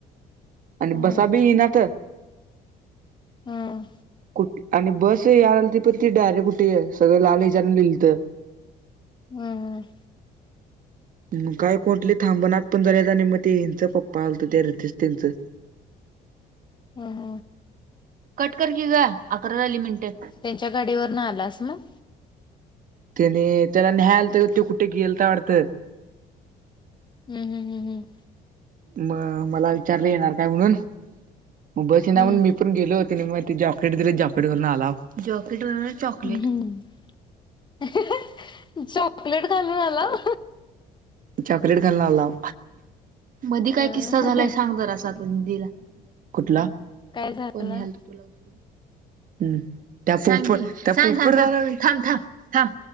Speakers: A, on the right; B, on the left.
A: आणि
B: हम्म
A: बसा बी यिनात
B: हम्म
A: कुठ आणि बस यायलाती पण ती डायरेक्ट कुठे सगळं लाल हच्यान लिहिलत
B: हम् हम्
A: मग काय कुटली थांबणात पण झाल्यात आणि म ते ह्यनच पप्पा आलत त्या रितेश त्यांचं
B: ह ह
A: कट करकी ग अकरा झाली मिनटे
B: त्यांच्या गाडीवर ना आलास मग
A: त्याने त्याला न्हायला आलतं वाटतं त्यो कुठं गेलता वाडत
B: हम्म हम्म हम् हम्म
A: मग मला विचारल येणार काय म्हणून मग बस यिना
B: हम्म
A: म्हून मी पण गेलो म त्यांनी मग जॉकेट दिले जॉकेट घालून आलाव बरोबर चॉकलेट
B: हम्म हाहाहा चॉकलेट घालून आलाव
A: चॉकलेट घालून आलाव मदी
B: अं,
A: काय किस्सा झालाय सांग जरासं आता बोला कुठला
B: काय झालं
A: कोण न्हलत तुला उचलून ह् त्या थांब थांब थांब